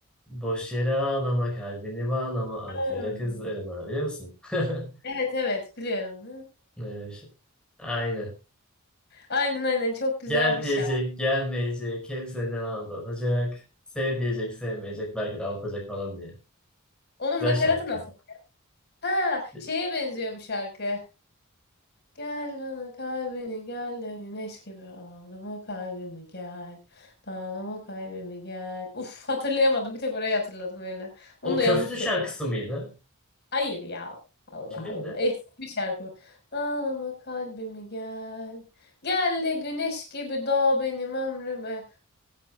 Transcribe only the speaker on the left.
Hmm.
Evet evet biliyorum.
Aynen aynen çok güzel
bir
şarkı.
Onun
nakaratı
nasıl? Ha
şeye benziyor bu şarkı. Gel bana kalbini gel de güneş gibi ağlama kalbimi gel. Dağlama kalbimi gel. Uf hatırlayamadım bir tek orayı hatırladım öyle. Onu
da
yanlış
Hayır ya. Allah
Allah.
<laughs> Eski bir şarkı bu. Dağlama kalbimi gel. Gel de güneş gibi doğ benim ömrüme.